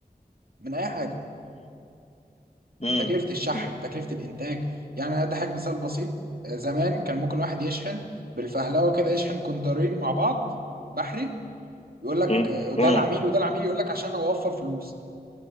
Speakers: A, on the right; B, on the left.
A: من أي حاجة
B: امم
A: تكلفة الشحن
B: امم
A: تكلفة الإنتاج يعني أنا أضحك مثال بسيط آه، زمان كان ممكن واحد يشحن بالفهلوة كده يشحن كونترين مع بعض بحري يقول لك
B: امم امم
A: آه، ده العميل
B: امم
A: وده العميل يقول لك عشان أوفر فلوس